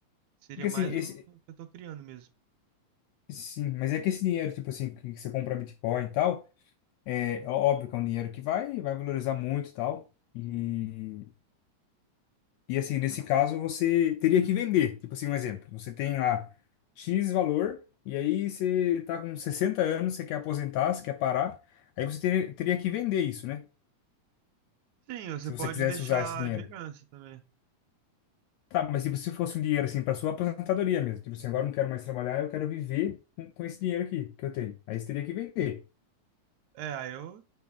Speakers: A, on the right; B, on the left.
A: Seria
B: Porque
A: mais
B: assim, esse,
A: o que eu tô criando mesmo.
B: sim, mas é que esse dinheiro, tipo assim, que você compra Bitcoin e tal, é óbvio que é um dinheiro que vai, vai valorizar muito e tal. E E assim, nesse caso, você teria que vender. Tipo assim, um exemplo. Você tem lá X valor, e aí você tá com 60 anos, você quer aposentar, você quer parar. Aí você ter- teria que vender isso, né?
A: Sim, você
B: Se
A: pode
B: você quisesse
A: deixar
B: usar esse dinheiro.
A: de herança também.
B: Tá, mas tipo, se fosse um dinheiro assim para sua aposentadoria mesmo. Tipo assim, agora eu não quero mais trabalhar, eu quero viver com, com esse dinheiro aqui que eu tenho. Aí você teria que vender.
A: É, aí eu